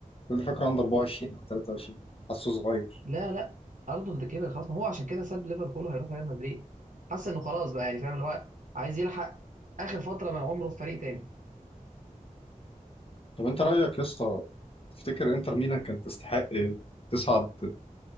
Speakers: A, on the left; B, on the right.
A: كل فاكره عنده 24 او 23 حاسه صغير
B: لا لا ارنولد كبر خلاص ما هو عشان كده ساب ليفربول وهيروح ريال مدريد حس انه خلاص بقى يعني فاهم اللي هو عايز يلحق اخر فتره من عمره في فريق تاني
A: طب انت رايك يا اسطى تفتكر انتر ميلان كانت تستحق تصعد